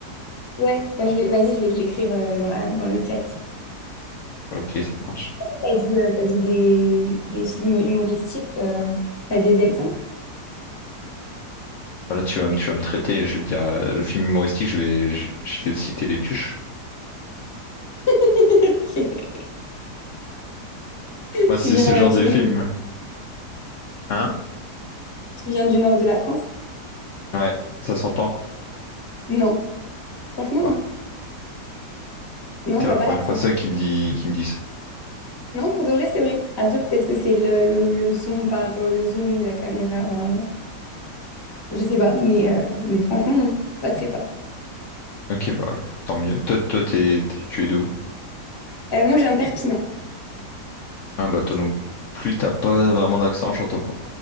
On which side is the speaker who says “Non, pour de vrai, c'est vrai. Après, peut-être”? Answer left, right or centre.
Left